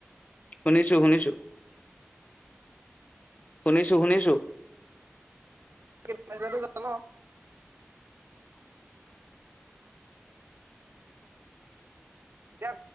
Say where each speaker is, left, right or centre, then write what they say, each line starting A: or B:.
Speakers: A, on the left (about 35°); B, on the right (about 60°).
A: শুনিছো শুনিছো, শুনিছো শুনিছো,
B: সজ জাল <unintelligible> এতিয়া